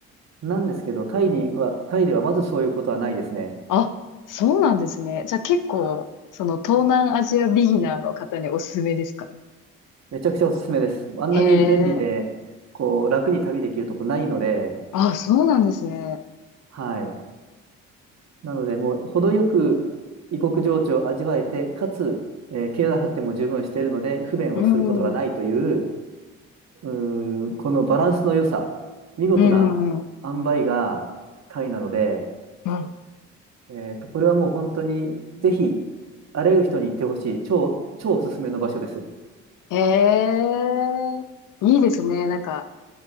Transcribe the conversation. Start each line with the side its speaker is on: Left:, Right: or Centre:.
Right: なんですけど、タイには、タイではまずそういうことはないですね。
Left: あ、そうなんですね。じゃあ結構、その東南アジアビギナーの方におすすめですかね。
Right: めちゃくちゃおすすめです。あんなに便利で、
Left: へえ。
Right: こう、楽に旅できるとこないので、
Left: あ、そうなんですね。
Right: はい。なので、もう、程よく異国情緒を味わえて、かつ、えー経済発展も十分しているので、不便をすることがないという、
Left: うん。うん
Right: うーこのバランスの良さ、見事な
Left: うんうん。
Right: 塩梅がタイなので、
Left: うん。
Right: えっと、これはもう本当に、ぜひ、あらゆる人に行ってほしい、超、超おすすめの場所です。
Left: へえ。いいですね。なんか、